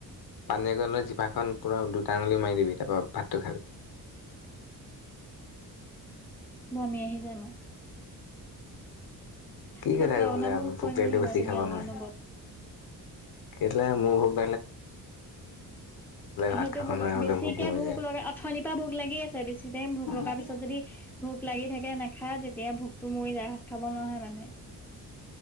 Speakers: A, on the left; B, in the centre.
A: পানীয়ে অকণ লৈ জিভা খন পুৰা দুটাঙুলি মাৰি দিবি তাৰপৰা ভাতটো খাবি।
B: বমি আহি যায় মোৰ।
A: কি
B: ফতুৱা
A: ক'বলে
B: কথা মোক
A: ভোক
B: কৈ
A: লাগিলে
B: নাথাকিবা
A: বেছি
B: তুমি
A: খাব
B: আকৌ
A: নোৱাৰে।
B: অনুবত।
A: কেলে মোৰ ভ। ভাত
B: সেইটো
A: খাব
B: ভোক
A: নোৱাৰে বোলে
B: বেছিকে
A: মৰি
B: ভোক
A: যায়।
B: লগা অথনিৰ পৰা ভোক লাগি আছে বেছি টাইম ভোক লগা
A: লাগি
B: পিছত
A: আছে।
B: যদি ভোক লাগি থাকে ন। খা তেতিয়া ভোকতো মৰি যায় ভাত খাব নহয় মানে।